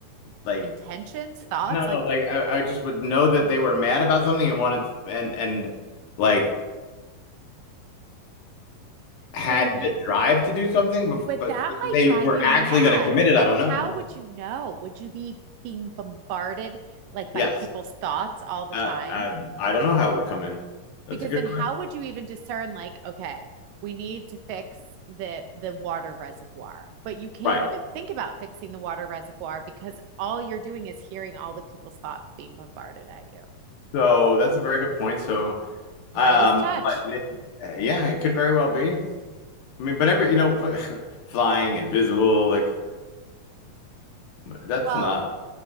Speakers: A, on the left; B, on the right.
A: like,
B: intentions, thoughts.
A: no,
B: Like,
A: like, I, I just would know that they were mad about something and wanted, and, and like, had
B: so when you,
A: the drive to do something,
B: But
A: but
B: that
A: but
B: might
A: they
B: drive
A: were
B: you
A: actually
B: mad.
A: going to commit it,
B: And
A: I don't
B: how
A: know.
B: would you know? Would you be being bombarded like by
A: Yes.
B: people's thoughts all the
A: Oh,
B: time?
A: I I don't know how it would come in. That's
B: Because
A: a good
B: then
A: question.
B: how would you even discern like, okay, we need to fix the the water reservoir. But you can't
A: Right.
B: even think about fixing the water reservoir because all you're doing is hearing all the people's thoughts being bombarded at you.
A: So that's a very good point. So,
B: Midas
A: um,
B: touch.
A: but it, uh, yeah, it could very well be. I mean, but every, you know, <laughs> flying, invisible, like that's
B: Well,
A: not,